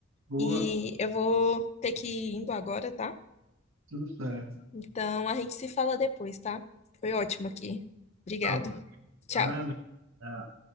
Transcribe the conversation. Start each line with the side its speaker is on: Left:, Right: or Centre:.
Right: Boa,
Left: E eu vou ter que ir indo agora, tá?
Right: tudo certo.
Left: Então, a gente se fala depois, tá? Foi ótimo aqui. Obrigado.
Right: Tá, ok.
Left: Tchau.
Right: Nada.